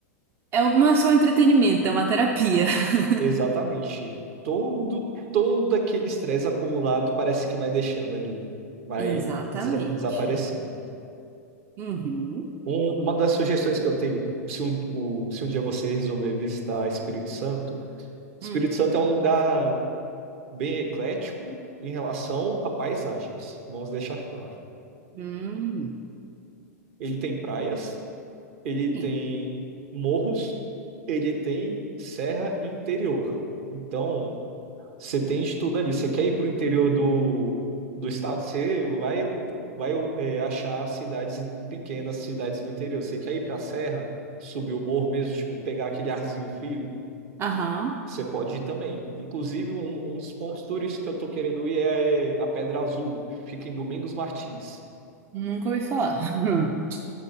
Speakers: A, on the right; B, on the right.
A: é um- não é só um entretenimento, é uma terapia. <laughs>
B: Exatamente. Todo, todo aquele estresse acumulado parece que vai deixando ali, vai
A: Exatamente.
B: desa- desaparecendo.
A: Uhum.
B: Um- uma das sugestões que eu tenho, se um, o- se um dia você resolver visitar Espírito Santo, Espírito
A: Hum.
B: Santo é um lugar bem eclético em relação a paisagens, vamos deixar claro.
A: Hum.
B: Ele tem praias, ele tem
A: Sim.
B: morros, ele tem serra e interior. Então, você tem de tudo ali. Você quer ir para o interior do, do estado? Você vai, vai é, achar cidades pequenas, cidades do interior. Você quer ir para a serra, subir o morro mesmo, tipo, pegar aquele arzinho frio?
A: Aham.
B: Você pode ir também. Inclusive, um, um dos pontos turísticos que eu estou querendo ir é a Pedra Azul. Fica em Domingos Martins.
A: Nunca ouvi falar. <laughs>